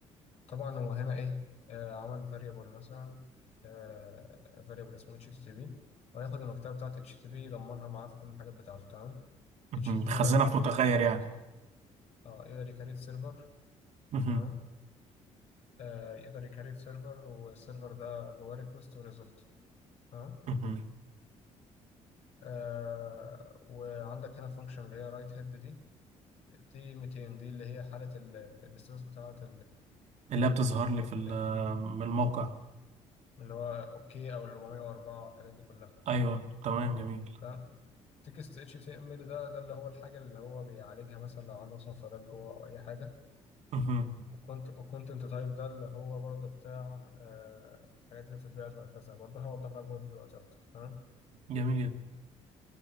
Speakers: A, on the left; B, on the right.
A: طبعا هو هنا ايه آه عمل فاريبل مثلا آه فاريبل اسمه اتش تي بي وهياخد المكتبه بتاعت اتش تي بي يضمنها معاه في كل الحاجات بتاعته تمام
B: مهم.
A: اتش تي
B: خزنه
A: بي ده بيقدر
B: في متغير
A: يك... يك...
B: يعني
A: اه يقدر يكريت سيرفر
B: مهم.
A: تمام آه يقدر يكريت سيرفر والسيرفر ده جواه ريكوست وريزلت تمام
B: مهم.
A: آه وعندك هنا فانكشن اللي هي رايت هيد دي دي 200 دي اللي هي حاله الاستاتس بتاعت
B: اللي هي بتظهر لي
A: ال
B: في ال- من الموقع
A: اللي هو اوكي او ال 404 والحاجات دي كلها
B: ايوه تمام جميل
A: تمام تكست اتش تي ام ال ده ده اللي هو الحاجه اللي هو بيعالجها مثلا لو عنده مثلا فراغات جوه او اي حاجه
B: مهم.
A: وكنت وكونتنت تايب ده اللي هو برضه بتاع آه، الحاجات اللي بتتبعت وهكذا برضه هوضح لك برضه دلوقتي اكتر تمام
B: جميل جدا